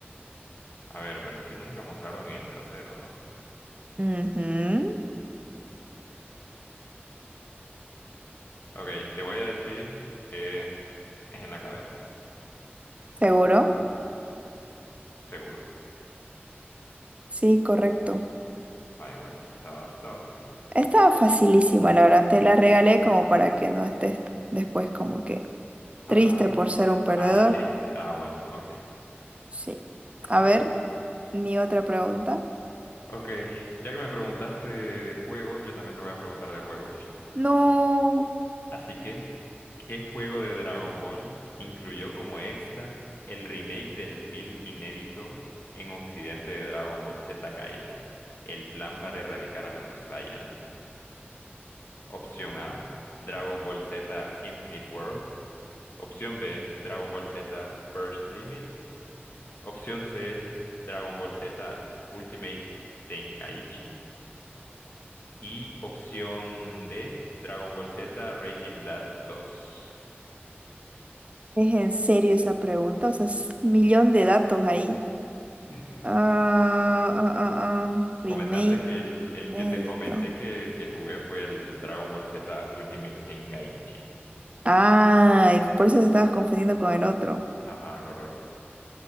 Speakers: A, on the left (about 65°); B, on the right (about 30°).
A: A ver, pero es que nunca mostraron el trasero, ¿no?
B: Ujú,
A: Ok, te voy a decir que es en la cabeza,
B: ¿Seguro?
A: seguro.
B: Sí, correcto.
A: Va, igual, esa estaba, estaba sencilla.
B: Estaba facilísima, la verdad. Te la regalé como para que no estés después como que
A: Ajá.
B: triste por ser un perdedor.
A: Ah, triste. Ah, bueno, ok.
B: Sí.
A: Está
B: A ver,
A: bien.
B: mi otra pregunta.
A: Ok, ya que me preguntaste de juegos, yo también te voy a preguntar de juegos.
B: No,
A: Así que ¿Qué juego de Dragon Ball incluyó como extra el remake del film inédito en Occidente de Dragon Ball Z Gaiden? El plan para erradicar a los Saiyan. Opción A, Dragon Ball Z Infinite World. Opción B, Dragon Ball Z Burst Limit. Opción C, Dragon Ball Z Ultimate Tenkaichi. Y opción D, Dragon Ball Z Raging Blast 2.
B: es en serio esa pregunta. O sea, es un millón de datos ahí.
A: <laughs>
B: Ah, ah, ah, ah,
A: Comentarte
B: remake,
A: que el, el
B: inédito.
A: que te comenté que, que jugué fue el Dragon Ball Z Ultimate Tenkaichi.
B: Ay, por eso te estabas confundiendo con el otro.
A: Ajá, correcto.